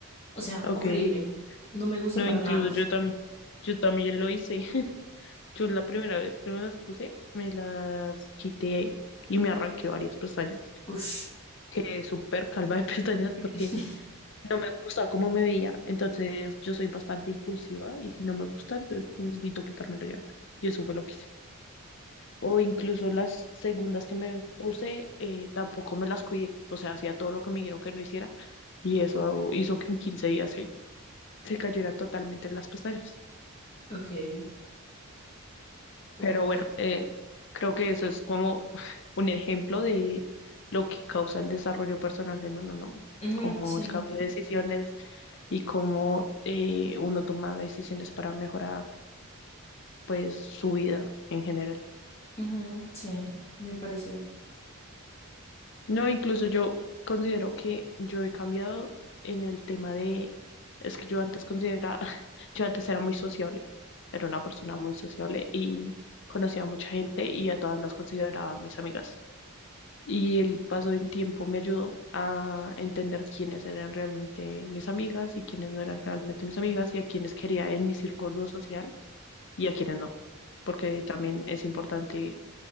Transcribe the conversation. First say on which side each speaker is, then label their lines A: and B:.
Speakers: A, on the left; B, on the left.
A: O sea,
B: Ok.
A: horrible. No me gusta
B: No,
A: para
B: incluso
A: nada.
B: yo también, yo también lo hice. <laughs> Yo la primera vez que me las puse, me las quité y me arranqué varias pestañas.
A: Ush.
B: Quedé súper calva de <laughs> pestañas porque
A: <laughs>
B: no me gustaba cómo me veía. Entonces yo soy bastante impulsiva y si no me gusta, entonces necesito quitármelo ya. Y eso fue lo que hice. O incluso las segundas que me puse, eh, tampoco me las cuidé. O sea, hacía todo lo que me dijeron que no hiciera y eso hizo que en 15 días se, se cayeran totalmente las pestañas.
A: Ok. Uy.
B: Pero bueno, eh, creo que eso es como <laughs> un ejemplo de lo que causa el desarrollo personal en uno, ¿no?
A: Ujú,
B: Como
A: sí.
B: el cambio de decisiones y cómo eh, uno toma decisiones para mejorar, pues, su vida en general.
A: Ujú, sí. Me parece.
B: No, incluso yo considero que yo he cambiado en el tema de, es que yo antes consideraba, <laughs> yo antes era muy sociable, era una persona muy sociable y conocía a mucha gente y a todas las consideraba mis amigas. Y el paso del tiempo me ayudó a entender quiénes eran realmente mis amigas y quiénes no eran realmente mis amigas y a quiénes quería en mi círculo social y a quiénes no, porque también es importante